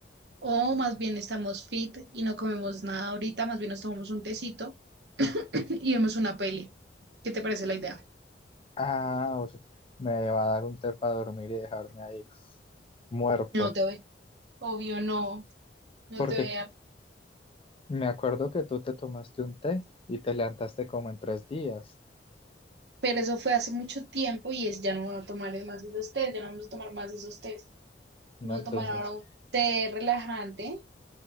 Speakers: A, on the right; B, on the left.
A: O más bien estamos fit y no comemos nada ahorita, más bien nos tomamos un tecito y vemos una peli. ¿Qué te parece la idea?
B: Ah, o sea, me va a dar un té para dormir y dejarme ahí muerto.
A: No te veo. Obvio, no, no
B: Porque
A: te vea.
B: me acuerdo que tú te tomaste un té y te levantaste como en tres días,
A: Pero eso fue hace mucho tiempo y es ya no van a tomar más esos tés, ya no vamos a tomar más esos tés.
B: ¿no?
A: Vamos
B: Entonces,
A: a tomar ahora un té relajante